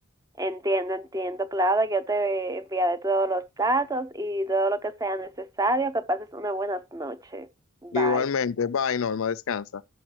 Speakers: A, on the right (about 15°); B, on the left (about 75°).
A: entiendo, entiendo, claro, yo te enviaré todos los datos y todo lo que sea necesario. Que pases unas buenas noches. Bye.
B: Igualmente, bye, Norma, descansa.